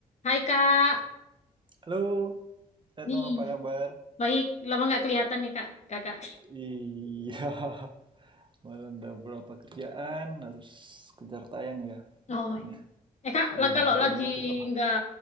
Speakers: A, on the left; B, on the right.
A: Hai Kak,
B: Halo, Retno
A: nih
B: apa kabar?
A: baik lama nggak kelihatan nih Kak, Kakak.
B: Iya, <laughs> kemarin ada beberapa kerjaan, harus kejar tayang ya,
A: <laughs> Oh
B: makanya
A: iya. Eh Kak,
B: iya
A: lah kalau
B: diburuin
A: lagi
B: itu. Apa?
A: nggak